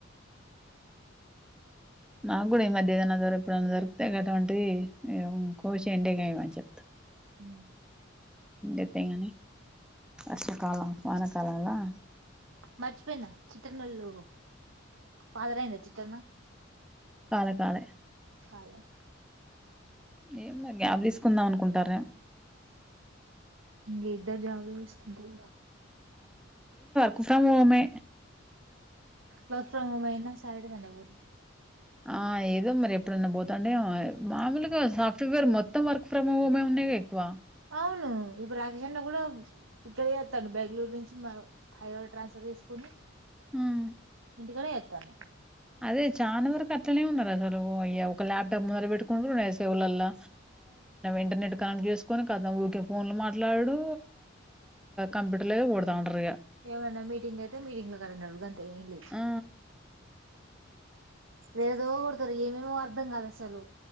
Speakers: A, in the centre; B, on the right.
A: నా కూడా ఈ మధ్య ఏదైనా ఎప్పుడు దొరు <unintelligible> కోసి ఎండ ఏయామంటి చెప్త
B: హ్మ్
A: ఎండేతే గాని వర్షకాలం వానకాలంలా
B: మర్చిపోయిన చిట్ అన్నోళ్లు ఫదరాందచ్చిట్న్న
A: కాలే కాలే
B: కాాలే
A: ఏం గ్యాప్ తీసుకుందాం అనుకుంటార
B: ఇంక ఇద్దరు జాబులు వేసుకుంటురు
A: గుఫా పోమే
B: వర్క్ ఫ్రమ్ హమ్ అయినా సా <unintelligible> ఊర్
A: ఆ ఏదో మరి ఎప్పుడైన్నా పోతాండే మామూలుగా సాఫ్ట్వేర్ మొత్తం వర్క్ ఫ్రమ్ హోమే ఉన్నాయిగా ఎక్కువ
B: అవును ఇప్పుడు రాకేష్ అన్న కూడా ఇక్కడ చేస్తాను బెంగళూరు నుంచి మా హైదరాబాద్ ట్రాన్స్ఫర్ చేసుకుొని
A: హ్మ్.
B: ఇంటికనే చేతాను
A: అదే చాలా వరకు అట్లనే ఉన్నారు అసలు ఒక ల్యాప్టాప్ ముందలు పెట్టుకుంటారు సేవులలో ఇంటర్నెట్ కనెక్ట్ చేసుకొని కద ఓకే ఫోన్ లో మాట్లాడు కంప్యూటర్ గా కొడతా ఉంటారు ఇగ
B: ఏమన్నా మీటింగ్ అయితే మీటింగ్ లో అటెండ్ అవ్వుడు అంతే ఏం లేదు
A: ఆ!
B: లేదో కొడతారు ఏమేమో అర్ధం కాదు అసలు